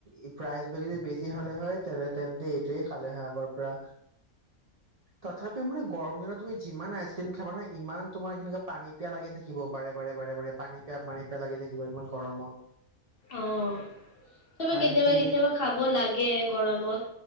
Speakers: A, on the right; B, on the left.
A: ই প্ৰাইজবিল যদি বেছি হ'লে হয় তেনে তেন্তে সেটোৱেই খালে হয় আগৰ পৰা তথাপিও মানে গৰম দিনত তুমি যিমান আইচক্ৰীম খাবা নহয় ইমান তোমাৰ সেনেকা পানী পিয়া লাগি থাকিব বাৰে বাৰে বাৰে বাৰে পানী পিয়া পানী পিয়া লাগি থাকিব ইমান গৰমত
B: অ', চবে
A: পানী
B: কেতিয়াবা
A: পিয়ে
B: কেতিয়াবা খাব লাগে গৰমত।